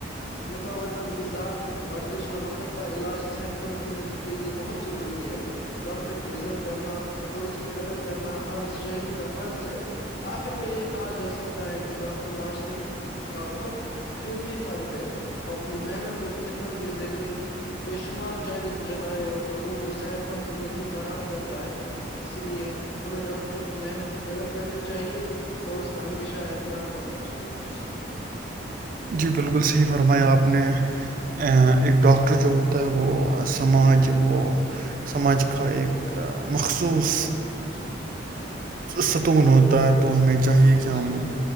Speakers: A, on the left; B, on the right.
A: متوازن غذا ورزش اور وقت پر علاج صحت مند زندگی کے لیے بہت ضروری ہے ڈاکٹر کی عزت کرنا اور اس کی قدر کرنا ہر شہری کا فرض ہے آخر میں یہ کہا جا سکتا ہے کہ ڈاکٹر معاشرے کا کا بہت قیمتی فرد ہے وہ اپنی محنت اور خدمت سے کے ذریعے بے شمار جانے بچا تھا جاتا ہے اور لوگوں کو صحت مند زندگی فراہم کرتا ہے اس لیے ہمیں ڈاکٹر کے کی محنت کی قدر کرنی چاہیے اور اس کا ہمیشہ احترام کرنا چاہیے جی شکریہ
B: جی بالکل صحیح فرمایا آپ نے اہ، ایک ڈاکٹر جو ہوتا ہے وہ سماج وہ سماجھ کا ایک مخصوص
A: جی جی
B: ستون ہوتا ہے تو ہمیں چاہیے کہ ہم
A: جی جی